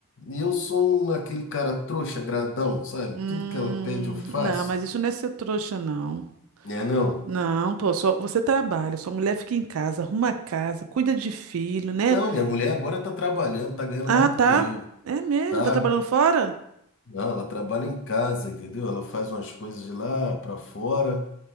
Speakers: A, on the left (about 55°); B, on the right (about 70°).
A: E eu sou um- aquele cara trouxa, gradão, sabe?
B: Hum,
A: Tudo que ela pede eu faço.
B: não, mas isso não é ser trouxa, não.
A: É, não.
B: Não, pô, só você trabalha, sua mulher fica em casa, arruma a casa, cuida de filho, né?
A: Não, minha mulher agora tá trabalhando, tá ganhando
B: Ah,
A: mais
B: tá.
A: do que eu,
B: É mesmo?
A: tá?
B: Tá trabalhando fora?
A: Não, ela trabalha em casa, entendeu? Ela faz umas coisas de lá para fora